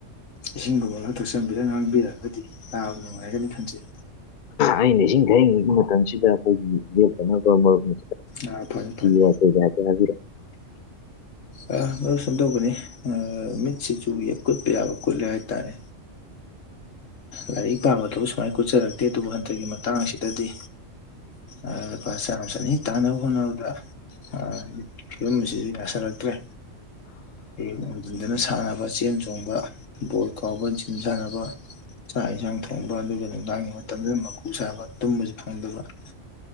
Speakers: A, on the left; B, on the left.
A: ꯏꯁꯤꯡꯗꯨ ꯍ ꯊꯛꯆꯟꯕꯤꯔ ꯉꯥꯡꯕꯤꯔꯛꯑꯒꯗꯤ ꯇꯥꯕ ꯅꯨꯡꯉꯥꯏꯒꯅꯤ ꯈꯟꯖꯩ
B: ꯑꯩꯅ ꯏꯁꯤꯡ ꯊꯩꯉꯩꯒꯤ ꯃꯇꯝꯁꯤꯗ ꯑꯩꯈꯣꯏꯒꯤ ꯌꯦꯠꯇꯅꯕ ꯃꯔꯨꯞꯅꯤ
A: ꯑꯥ ꯐꯅꯤ ꯐꯅꯤ
B: ꯋꯥ ꯌꯥꯀ ꯍꯥꯏ ꯐꯔ
A: ꯑ ꯃꯗꯨ ꯁꯨꯝ ꯇꯧꯕꯅꯤ ꯃꯤꯠꯁꯤꯁꯨ ꯀꯨꯠꯄ ꯌꯥꯕ ꯀꯨꯠꯂꯦ ꯍꯥꯏꯇꯥꯔꯦ ꯂꯥꯏꯔꯤꯛ ꯄꯥꯕꯗꯕꯨ ꯁꯨꯃꯥꯏꯅ ꯀꯣꯠꯆꯔꯛꯇꯦ ꯑꯗꯨꯕꯨ ꯍꯟꯇꯛꯀꯤ ꯃꯇꯥꯡ ꯑꯁꯤꯗꯗꯤ ꯑ ꯄ ꯆꯁꯅꯤ ꯇꯥꯟꯅꯕ ꯍꯣꯠꯅꯕꯗ ꯑ ꯐꯤꯕꯝ ꯁꯤꯗꯤ ꯌꯥꯁꯤꯜꯂꯛꯇ꯭ꯔꯦ ꯍꯌꯦꯡ ꯉꯝꯖꯤꯟꯗꯅ ꯁꯥꯟꯅꯕ ꯆꯦꯟ ꯆꯣꯡꯕ ꯕꯣꯜ ꯀꯥꯎꯕ ꯖꯤꯟ ꯁꯥꯟꯅꯕ ꯆꯥꯛ ꯌꯦꯟꯁꯥꯡ ꯊꯣꯡꯕ ꯑꯗꯨꯒ ꯅꯨꯡꯗꯥꯡꯒꯤ ꯃꯇꯝꯗ ꯃꯀꯨ ꯁꯥꯕ ꯇꯨꯝꯕꯁꯨ ꯐꯪꯗꯕ <inaudible>